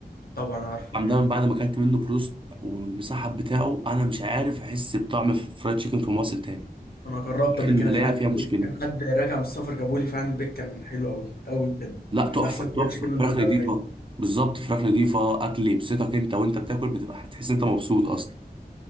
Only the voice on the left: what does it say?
طبعا عارفه
انا جربت قبل
كده فعلا
البيك كان حد راجع من السفر جابولي فعلا البيك كان حلو قوي قوي بجد
من
احسن فرايد
تشيكن اللي
أنا دوقتها
في حياتي